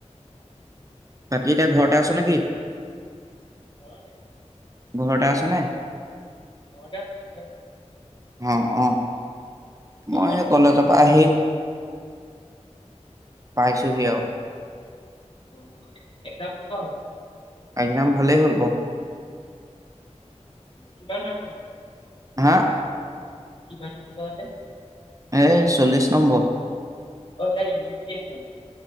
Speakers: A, on the right; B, on the left.
A: বাকী এতিয়া ঘৰতে আছ নেকি?
B: ঘৰতে
A: ঘৰতে আছনে?
B: <unintelligible>
A: অ অ
B: তই
A: মই
B: ক'ত
A: সেই
B: আছ?
A: কলেজৰ পৰা আহি পাইছোহি আও
B: অ', এক্সাম কত
A: এক্সাম ভালেই হ'ল ক
B: কিমান বাৰ থয় হে
A: হা
B: কিমান নি থোৱা আছে
A: এ চল্লিশ নম্বৰ
B: অ ধৰা ইউনিক টেছ মানে।